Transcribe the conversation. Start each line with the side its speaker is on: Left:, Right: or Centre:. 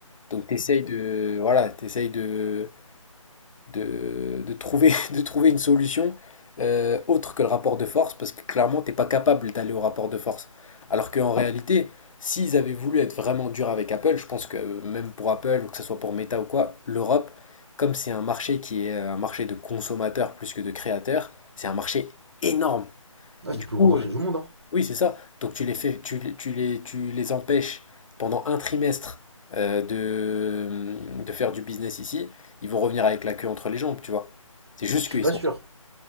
Left: Donc, t'essayes de, voilà, t'essayes de de, de trouver, <laughs> de trouver une solution euh, autre que le rapport de force, parce que clairement, t'es pas capable d'aller au rapport de force. Alors qu'en réalité, s'ils avaient voulu être vraiment durs avec Apple, je pense que euh, même pour Apple, ou que ce soit pour Meta ou quoi, l'Europe, comme c'est un marché qui est euh, un marché de consommateurs plus que de créateurs, c'est un marché énorme.
Right: Ah,
Left: Et
Right: c'est
Left: du
Right: le plus
Left: coup,
Right: gros marché
Left: euh,
Right: du monde, hein.
Left: oui, c'est ça. Donc tu les fais, tu, les- tu les, tu les empêches pendant un trimestre euh, de, mm, de faire du business ici. Ils vont revenir avec la queue entre les jambes, tu vois. C'est juste
Right: Je
Left: qu'ils
Right: suis pas
Left: sont.
Right: sûr.